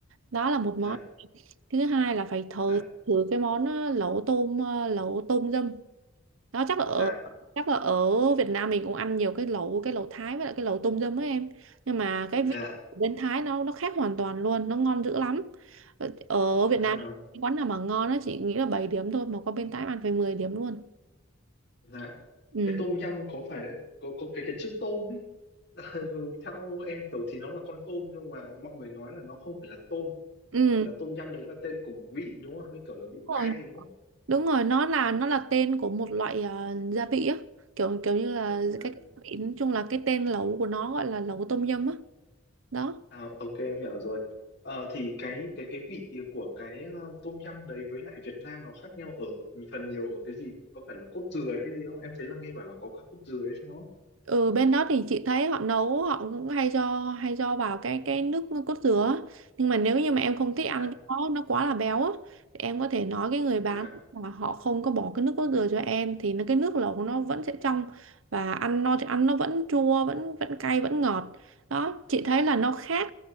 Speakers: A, on the right; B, on the left.
A: đó là một
B: dạ
A: món thứ hai là phải thử
B: dạ
A: thử cái món ờ, lẩu tôm ờ, lẩu tôm dâm đó chắc là ở
B: dạ
A: chắc là ở Việt Nam mình cũng ăn nhiều cái lẩu cái lẩu Thái với lại cái lẩu tôm dâm ấy em nhưng mà cái
B: dạ
A: vị của bên Thái nó nó khác hoàn toàn luôn nó ngon dữ lắm ở, ở Việt
B: à
A: Nam cái quán nào mà ngon nó chỉ nghĩ là 7 điểm thôi mà qua bên Thái ăn phải 10 điểm luôn
B: dạ
A: ừ
B: cái tôm nhum có phải có có cái cái chữ tôm ấy Ờ, theo em hiểu thì nó là con tôm nhưng mà mọi người nói là nó không phải là tôm
A: ừ
B: mà là tôm nhâm đấy là tên của một vị đúng không như kiểu là vị
A: đúng
B: cay
A: rồi
B: đúng không
A: đúng rồi nó là nó là tên của một loại ờ, gia vị á kiểu kiểu như là
B: à,
A: cái, cái vị nói chung là cái tên lẩu của nó gọi là lẩu tôm dâm á đó
B: à, ok em hiểu rồi Ờ, thì cái cái cái vị của cái ờ, tôm nhâm đấy với lại Việt Nam nó khác nhau ở phần nhiều ở cái gì có phải là cốt dừa hay cái gì không em thấy là nghe bảo là có cả cốt dừa hay sao á?
A: Ừ bên đó thì chị thấy họ nấu họ cũng hay cho hay cho vào cái cái nước cốt dừa á. nhưng mà nếu như mà em không thích ăn
B: dạ
A: cái đó nó quá là béo á thì em có thể nói cái người bán
B: dạ
A: là họ không có bỏ cái nước cốt dừa cho em thì nó cái nước lẩu của nó vẫn sẽ trong và ăn nó thì ăn nó vẫn chua vẫn vẫn cay vẫn ngọt đó chị thấy là nó khác